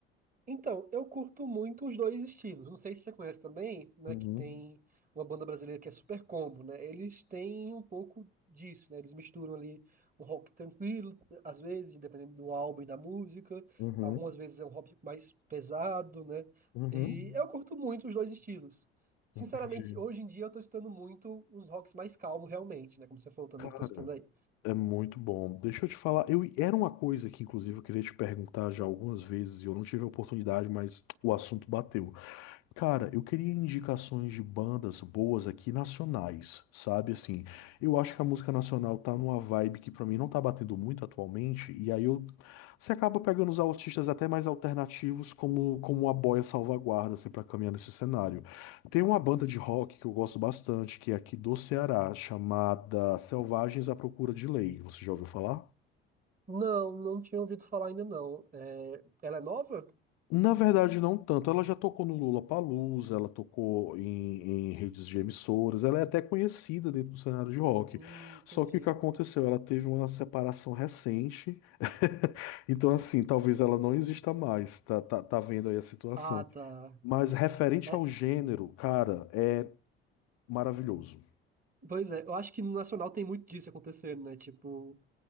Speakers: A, on the right; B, on the left.
A: Então, eu curto muito os dois estilos. Não sei se você conhece também, né?
B: Uhum,
A: Que tem uma banda brasileira que é Super Combo, né? Eles têm um pouco disso, né? Eles misturam ali um rock tranquilo, às vezes, dependendo do álbum e da música.
B: uhum,
A: Algumas vezes é um rock mais pesado, né?
B: uhum.
A: E eu curto muito os dois estilos. Sinceramente,
B: Entendi.
A: hoje em dia eu tô escutando muito os rocks mais calmos, realmente, né? Como você falou também
B: Cara,
A: que tá escutando aí.
B: é muito bom. Deixa eu te falar, eu era uma coisa que inclusive eu queria te perguntar já algumas vezes e eu não tive a oportunidade, mas o assunto bateu. Cara, eu queria indicações de bandas boas aqui nacionais, sabe? Assim, eu acho que a música nacional tá numa vibe que pra mim não tá batendo muito atualmente, e aí eu você acaba pegando os artistas até mais alternativos como como a boia salvaguarda assim para caminhar nesse cenário. Tem uma banda de rock que eu gosto bastante, que é aqui do Ceará, chamada Selvagens à Procura de Lei. Você já ouviu falar?
A: Não, não tinha ouvido falar ainda não. É, ela é nova?
B: Na verdade, não tanto. Ela já tocou no Lula Lollapalooza, ela tocou em, em redes de emissoras, ela é até conhecida dentro do cenário de rock.
A: Hum, entendi.
B: Só que o que aconteceu? Ela teve uma separação recente, <laughs> então assim, talvez ela não exista mais, tá, tá, tá vendo aí a situação.
A: Ah, tá.
B: Mas referente
A: É,
B: ao gênero, cara, é maravilhoso.
A: pois é, eu acho que no Nacional tem muito disso acontecendo, né? Tipo,